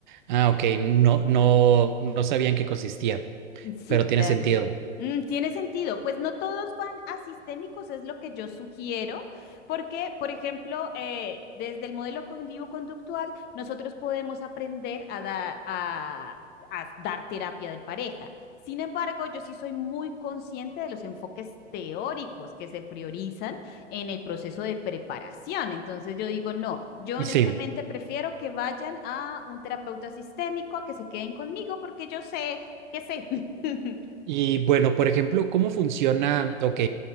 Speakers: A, on the right; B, on the left.
A: Ah, ok. No, no, no sabía en qué consistía,
B: Sí,
A: pero
B: claro.
A: tiene sentido.
B: Mm, tiene sentido. Pues no todos van a sistémicos, es lo que yo sugiero, porque, por ejemplo, eh, desde el modelo cognitivo-conductual, nosotros podemos aprender a, da- a, a dar terapia de pareja. Sin embargo, yo sí soy muy consciente de los enfoques teóricos que se priorizan en el proceso de preparación. Entonces yo digo, no, yo honestamente
A: Sí.
B: prefiero que vayan a un terapeuta sistémico a que se queden conmigo porque yo sé que sé. <laughs>
A: Y bueno, por ejemplo, ¿cómo funciona? Ok,